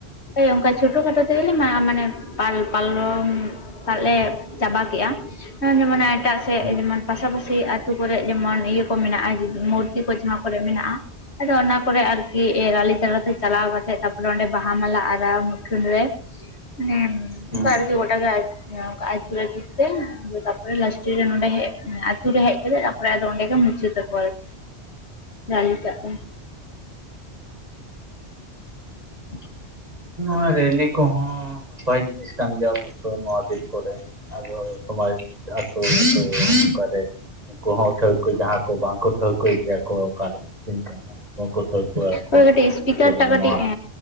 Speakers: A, on the left; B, on the right.
A: ᱦᱳᱭ ᱚᱱᱠᱟ ᱪᱷᱳᱴᱳ ᱠᱷᱟᱴᱳ ᱛᱮᱜᱮᱞᱮ ᱢᱟ ᱢᱟᱱᱮ ᱯᱟᱞ ᱯᱟᱞᱚᱱ ᱫᱟᱜ ᱞᱮ ᱪᱟᱵᱟ ᱠᱮᱫ-ᱟ ᱱᱚᱭ ᱡᱮᱢᱚᱱ ᱮᱼᱼ ᱮᱴᱟᱜ ᱥᱮᱫ
B: ᱦᱮᱸ
A: ᱡᱮᱢᱚᱱ ᱯᱟᱥᱟ ᱯᱟᱥᱤ ᱟᱛᱳ ᱠᱚᱨᱮ ᱡᱮᱢᱚᱱ ᱤᱭᱟᱹ ᱠᱚ ᱢᱮᱱᱟᱜ-ᱟ ᱢᱩᱨᱛᱤ ᱠᱚ ᱡᱟᱦᱟᱸ ᱠᱚᱨᱮ ᱢᱮᱱᱟᱜ-ᱟ ᱟᱫᱚ ᱚᱱᱟ ᱠᱚᱨᱮ ᱟᱨᱠᱤ ᱨᱟᱞᱤ ᱛᱟᱞᱟ ᱛᱮ ᱪᱟᱞᱟᱣ ᱠᱟᱛᱮᱜ ᱛᱟᱨᱯᱚᱨᱮ ᱚᱸᱰᱮ ᱵᱟᱦᱼᱼ ᱦᱟᱢᱞᱟ ᱟᱨᱟᱣ ᱢᱩᱴᱷᱟᱹᱱ ᱨᱮ ᱢᱟᱱᱮ
B: ᱦᱮᱸ
A: ᱩᱱᱠᱩ ᱟᱨᱠᱤ ᱜᱚᱴᱟ ᱜᱮ ᱟᱨ ᱚᱝᱠᱟ ᱟᱹᱪᱩᱨ ᱟᱹᱪᱩᱨ ᱛᱮ ᱛᱟᱨᱯᱚᱨᱮ ᱞᱟᱥᱴᱮ ᱨᱮ ᱱᱚᱰᱮ ᱦᱮᱡ ᱟᱹᱪᱩᱨᱮ ᱦᱮᱡ ᱠᱟᱛᱮ ᱦᱳᱭ ᱟᱫᱚ ᱟᱸᱰᱮ ᱜᱮ ᱢᱩᱪᱚᱫ ᱛᱮᱠᱚ᱾
B: <inaudible>
A: ᱱᱟᱱᱤᱴᱟᱜ ᱛᱮ <inaudible>
B: ᱱᱚᱣᱟ ᱨᱮᱞᱤ ᱠᱚ ᱦᱚᱸ ᱱᱟᱯᱟᱭ ᱡᱤᱱᱤᱥ, ᱠᱟᱱ ᱜᱮᱭᱟ ᱳᱵᱳᱥᱳ ᱱᱚᱣᱟ ᱫᱤᱱ ᱠᱚᱨᱮ ᱟᱵᱚ ᱥᱚᱢᱟᱡ ᱟᱛᱳ ᱱᱚᱝᱠᱟᱨᱮ ᱜᱤ ᱱᱩᱠᱩ ᱦᱚᱸ ᱴᱷᱟᱹᱣᱠᱟᱹ ᱡᱟᱦᱟᱸ ᱠᱚ ᱵᱟᱝᱠᱚ ᱴᱷᱟᱹᱣᱠᱟᱹᱭᱮᱜ ᱜᱮᱭᱟ ᱠᱚ ᱚᱠᱟ ᱞᱮᱠᱟᱱ ᱫᱤᱱ ᱠᱟᱱᱟ ᱩᱱᱠᱩ ᱦᱚᱸᱠᱚ ᱴᱷᱟᱹᱣᱠᱟᱹ ᱟᱠᱚ
A: ᱦᱳᱭ ᱠᱟᱹᱴᱤᱡ ᱤᱥᱯᱤᱠᱟᱨ
B: ᱡᱮ ᱵᱟᱝ
A: ᱴᱟᱜ ᱠᱟᱹᱴᱤᱡ
B: ᱱᱚᱣᱟ
A: ᱮ